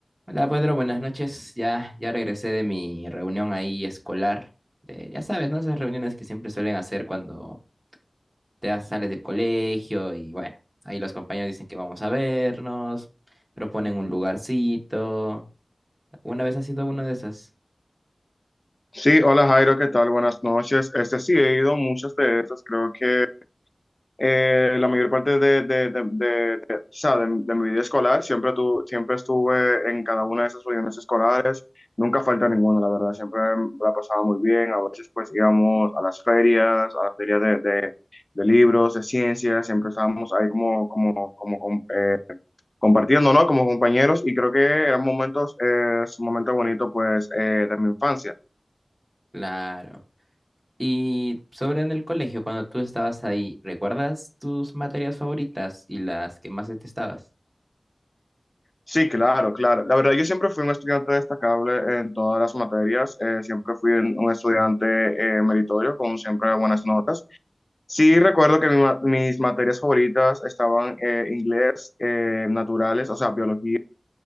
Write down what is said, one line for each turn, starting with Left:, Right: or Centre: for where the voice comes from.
Right: Hola Pedro, buenas noches. Ya, ya regresé de mi reunión ahí escolar. de- ya sabes, ¿no? Esas reuniones que siempre suelen hacer cuando te das- sales del colegio y bueno, ahí los compañeros dicen que vamos a vernos, proponen un lugarcito. Una vez has sido uno de esas?
Left: Sí, hola Jairo, ¿qué tal? Buenas noches. Este sí, he ido a muchas de estas, creo que eh, la mayor parte de, de, de- de- de- o sea, de- de mi vida escolar, siempre, tu, siempre estuve en cada una de esas reuniones escolares, nunca falta ninguna, la verdad, siempre la pasaba muy bien, a veces pues íbamos a las ferias, a las ferias de, de- de libros, de ciencias, siempre estábamos ahí como, como, como com- eh, compartiendo, ¿no? Como compañeros y creo que eran momentos, eh, momentos bonitos pues eh, de mi infancia.
Right: Claro. Y sobre en el colegio, cuando tú estabas ahí, ¿recuerdas tus materias favoritas y las que más detestabas?
Left: Sí, claro, claro. La verdad, yo siempre fui un estudiante destacable en todas las materias. eh, siempre fui un, un estudiante eh, meritorio con siempre buenas notas. Sí, recuerdo que mi ma- mis materias favoritas estaban eh, inglés, eh, naturales, o sea, biología